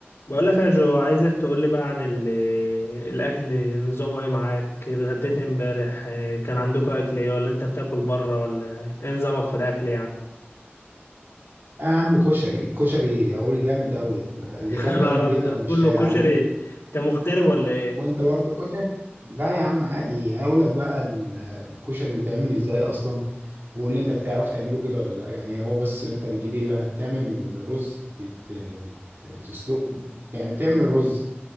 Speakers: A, on the left; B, on the right.
A: بقول لك يا جو عايزك تقول لي بقى عن ال- الاكل نظامه ايه معاك اتغديت إيه امبارح إيه، كان عندكم اكل ايه ولا انت بتاكل بره ولا ايه نظامك في الاكل يعني
B: يا عم كشري كشري اقول جامد قوي اذا
A: <laughs>
B: كان
A: انا
B: بقى من
A: عربي
B: البيت او من الشارع
A: كله كشري
B: انا اقول
A: انت مغترب ولا ايه
B: وانت برضه كشري لا يا عم عادي هقول لك بقى ال- الكشري بيتعمل ازاي اصلا وقول لي انت بتعرف تعمله كده ولا لا يعني هو بس انت بتجيب ايه بقى بتعمل رز بت... بت... بتسلقه يعني بتعمل الرز